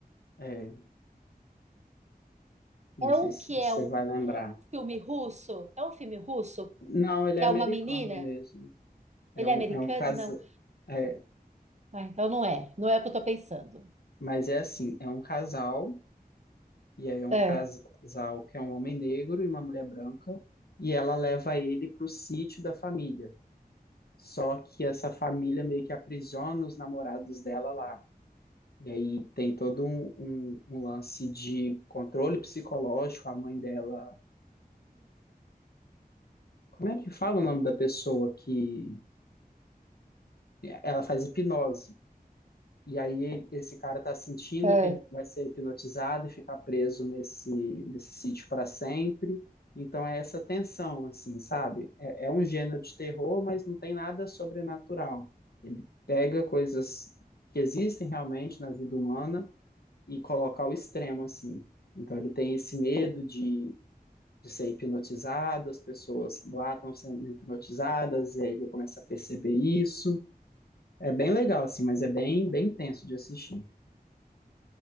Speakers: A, on the left; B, on the right.
A: É, não
B: é
A: sei
B: um
A: se
B: que
A: você
B: é um
A: vai lembrar.
B: filme russo, é um filme russo
A: Não, ele
B: que
A: é americano
B: é uma menina,
A: mesmo. É
B: ele
A: um,
B: é americano?
A: é um casal.
B: Não.
A: É,
B: Ah, então não é, não é o que eu tô pensando.
A: mas é assim, é um casal, e aí é um
B: É,
A: casal que é um homem negro e uma mulher branca, e ela leva ele para o sítio da família. Só que essa família meio que aprisiona os namorados dela lá. E aí tem todo um, um, um lance de controle psicológico. A mãe dela. Como é que fala o nome da pessoa que. Ela faz hipnose. E aí ele- esse cara tá sentindo
B: é.
A: que ele vai ser hipnotizado e ficar preso nesse nesse sítio para sempre. Então é essa tensão, assim, sabe? É, é um gênero de terror, mas não tem nada sobrenatural. Ele pega coisas que existem realmente na vida humana e coloca ao extremo, assim. Então ele tem esse medo de, de ser hipnotizado, as pessoas lá estão sendo hipnotizadas, e aí ele começa a perceber isso. É bem legal, assim, mas é bem, bem tenso de assistir.